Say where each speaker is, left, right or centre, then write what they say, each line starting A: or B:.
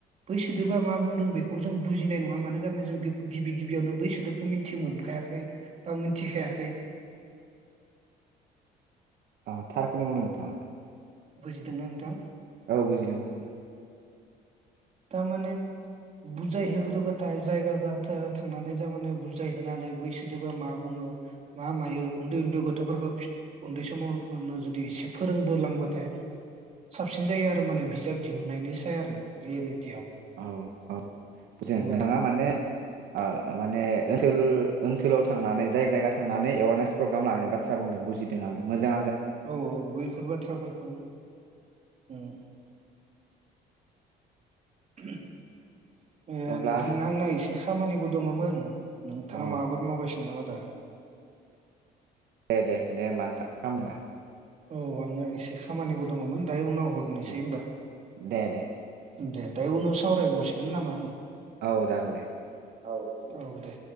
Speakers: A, on the right; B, on the right.
A: बै सोदोबा मा बुंदों बेखौ जों बुजिनाय नङा मानोखारै जों गिबि गिबियावनो बै सोदोबखौ मिथि मोनखायाखै बा मिथिखायाखै।
B: अ थारखोनो बुंदो नोंथाङा।
A: बुजिदोंना नोंथां?
B: औ बुजिदों बुजिदों।
A: तारमाने बुजायहोग्रोबाथाय जायगा जाथ थांनानै जारशमाने बुजायहोनानै बैसोदोबा मा बुङो मा मायो उन्दै उन्दै गथफोरखौ उन्दै समाव जुदि एसे फोरोंबोलांबा थाय साबसिन जायो आरो माने बिजाब दिहुननायनि साय आरो रियेलिटि
B: औ औ जों नोंथाङा
A: आरो
B: माने ओ माने ओनसोल ओनसोलाव थांनानै जाय जायगा थांनानै एवारनेस प्रग्राम लानाय बाथ्रा बुंदों बुजिदों आङो मोजां
A: औ औ बेफोर बाथ्राफोरखौ उम। <unintelligible> ए
B: अब्ला
A: नोंथां आंना एसे खामानिबो दङमोन नोंथाङा
B: अ
A: माबाफोर मावगासिनो नामा दा?
B: दे दे दे होमबा नोंथां <inaudible>
A: औ आङो एसे खामानिबो दङमोन दायो उनाव हरनोसै
B: ओ
A: होमबा
B: दे दे।
A: दे दायो उनाव सावरायबावसिगोन ना मा होनो?
B: औ जागोन दे।
A: औ औ दे।